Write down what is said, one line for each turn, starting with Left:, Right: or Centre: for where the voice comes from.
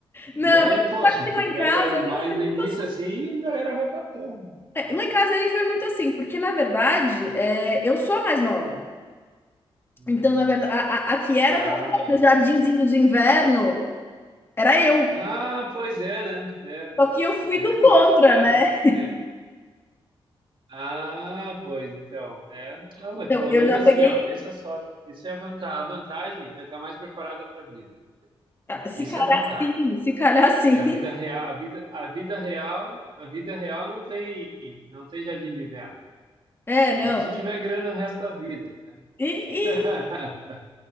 Left: Não,
Right: E aí,
Left: mas
Right: poxa,
Left: só que lá
Right: tu pega
Left: em casa
Right: mais
Left: nem foi
Right: no
Left: muito
Right: início,
Left: assim.
Right: assim, e a galera vai pra terra.
Left: É, Lá em casa nem foi muito assim, porque na verdade é, eu sou a mais nova.
Right: Uhum.
Left: Então, na verdade, a, a, a que era
Right: Ah,
Left: para sair no jardinzinho
Right: sim.
Left: de inverno era eu.
Right: Ah, pois é, né? É verdade,
Left: Só que eu fui
Right: é
Left: do
Right: verdade.
Left: contra,
Right: É,
Left: né?
Right: é. Ah, pois então, é. Ah,
Left: Então,
Right: mas pelo
Left: eu
Right: menos
Left: já
Right: assim,
Left: peguei.
Right: ó, pensa só, isso é a vantagem, a vantagem é estar mais preparada para a vida.
Left: ah, Se
Right: Isso
Left: calhar
Right: é vantagem.
Left: sim, se calhar sim.
Right: Que a
Left: <laughs>
Right: vida real, a vida, a vida real, a vida real não tem, não tem jardim de inverno.
Left: É, não.
Right: Só se tu tiver grana o resto da vida, né?
Left: E,
Right: <laughs>